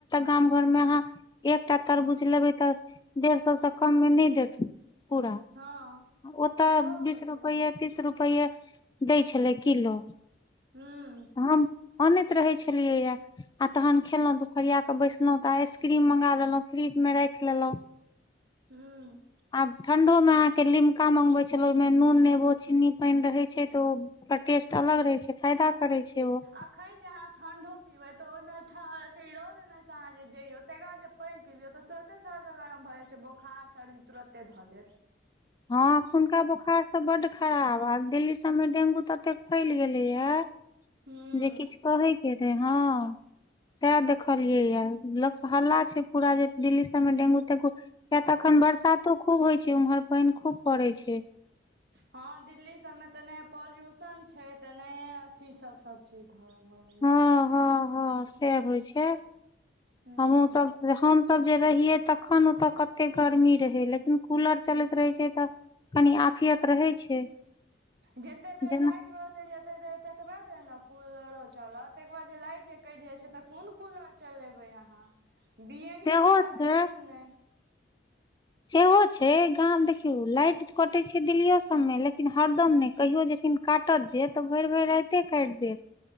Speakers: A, on the left; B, on the right.
A: गाम घर में अहा एकटा तरबुझ लेबै तऽ डेढ़ तइ से कम नहि देत पूरा,
B: हँ
A: ओत
B: सेहो
A: बीस
B: होइ छै
A: रुपये बीस रुपैआ दै छलै किलो।
B: हूँ।
A: हम अनैत रहै छलियै या आ तहन खेलहुं ‌दुपरिया के बैसलहुं तऽ आइसक्रीम मंगा लेलहुं फ्रिज मे राख लेलहुँ।
B: हँ।
A: आब ठंडो मे अहाँके लिमका मंगबे छले, ओहि मे नून, नेबो, चीन्नी, पानि रहे छै तऽ ओ ओकर टेस्ट अलग रहै छै, फायदा करे छै ओ।
B: अखन जे अहाँ ठण्डो पीबै, तऽ ओहिमेथ रौदमे सँ अहाँ जे जइयौ तकरा जे पानि पिबियौ तऽ तुरते सर्द गरम भऽ जाइ छै, बोखार सर्दी तुरते धऽ लेत।
A: हँ एखुनका बोखार सब बड खराब, हब दिल्ली सबमे डेंगू ततेक फैल गेले या।
B: हूँ
A: जे किछु कहै हँ सैह देखलियै या, लोकसँ हल्ला छै पूरा जे दिल्ली सब मे डेंगू- तेंगू किया तऽ अखन बरसातो खूब होइ छै, उम्हर पानि खूब पड़ै छै।
B: हँ दिल्ली सबमे त नय पॉल्युशन छै त नय अथी सब सब। चीज घर भ गेल
A: हँ
B: छै,
A: हँ हँ से होइ छै
B: हूँ
A: हमहुँ सब, हमसब जे रहियै तखन ओत कते गरमी रहै लेकिन कूलर चलैत रहै छै त, कनि आफियत रहै छै।
B: जैते देर
A: जेना
B: लाइट, रहते जते देर ततबा देर ने कूलरो चलत तकर बाद जे लाइट जे कइट जाय छै त कोन कूलर, चलेबै अहाँ बीएन
A: सेहो
B: के सिवा
A: छै
B: त किछ नय।
A: सेहो छै गामं देखियौ लाइट कटे छै दिल्लियो सब मे लेकिन हरदम ने कहियो जे, लेकिन काटत जे त भौरे भौरे राइते काइट देत।